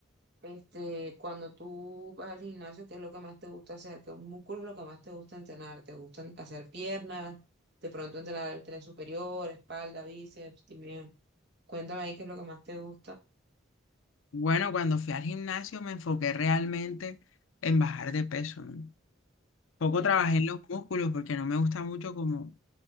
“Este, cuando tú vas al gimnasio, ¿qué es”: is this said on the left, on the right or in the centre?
Right